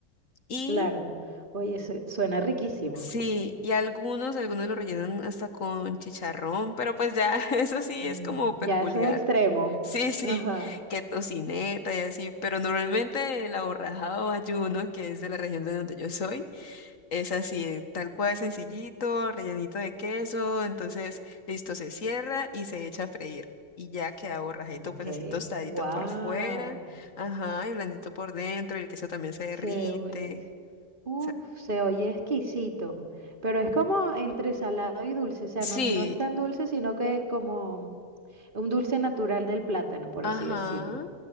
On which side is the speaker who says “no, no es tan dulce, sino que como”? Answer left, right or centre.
Right